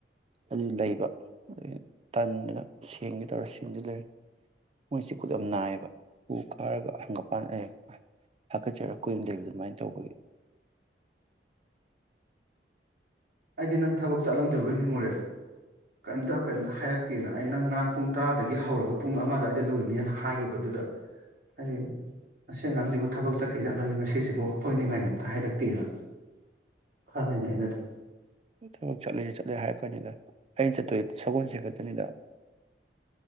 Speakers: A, on the right; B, on the right.
A: ꯑꯗꯨ ꯂꯩꯕ ꯑꯩ ꯇꯟꯗꯅ ꯁꯦꯡꯒꯦ ꯇꯧꯔ ꯁꯦꯡꯗꯤ ꯂꯩꯔꯦ ꯃꯣꯏ ꯆꯤꯀꯨꯠ ꯌꯥꯝ ꯅꯥꯏꯌꯦꯕ ꯍꯨ ꯀꯥꯔꯒ ꯍꯪꯒ ꯄꯥꯟ ꯍꯥꯀꯠꯆꯔꯒ ꯀꯨꯏꯡꯅ ꯂꯩꯕ ꯑꯗꯨꯃꯥꯏꯅ ꯇꯧꯕꯒꯤ
B: ꯑꯩꯗꯤ ꯅꯪ ꯊꯕꯛ ꯆꯠꯂꯝꯗꯣꯏꯕꯣꯏ ꯅꯤꯡꯉꯨꯔꯦ ꯀꯔꯤꯝꯇ ꯀꯩꯝꯇ ꯍꯥꯏꯔꯛꯇꯦꯅ ꯑꯩ ꯅꯪ ꯉꯔꯥꯡ ꯄꯨꯡ ꯇꯔꯥꯗꯒꯤ ꯍꯧꯔꯒ ꯄꯨꯡ ꯑꯃ ꯑꯗꯨꯋꯥꯏꯗ ꯂꯣꯏꯅꯦꯅ ꯍꯥꯏꯈꯤꯕ ꯑꯗꯨꯗ ꯍꯥꯏꯗꯤ ꯉꯁꯤ ꯑꯉꯥꯡꯁꯤꯕꯨ ꯊꯕꯛ ꯆꯠꯈꯤ ꯆꯠꯈꯤꯖꯥꯠꯂꯅꯦ ꯉꯁꯤꯁꯤꯕꯨ ꯍꯣꯏꯅꯤ ꯃꯥꯏꯅꯤ ꯑꯝꯇ ꯍꯥꯏꯔꯛꯇꯦꯅ ꯈꯜꯂꯤꯅꯦ ꯑꯩꯅꯗꯤ
A: ꯊꯕꯛ ꯆꯠꯂꯦ ꯆꯠꯂꯦ ꯍꯥꯏꯔꯛꯀꯅꯤꯗ ꯑꯩꯅ ꯆꯠꯇꯣꯏꯖꯦ ꯁꯒꯣꯜꯁꯦꯟ ꯈꯛꯇꯅꯤꯗ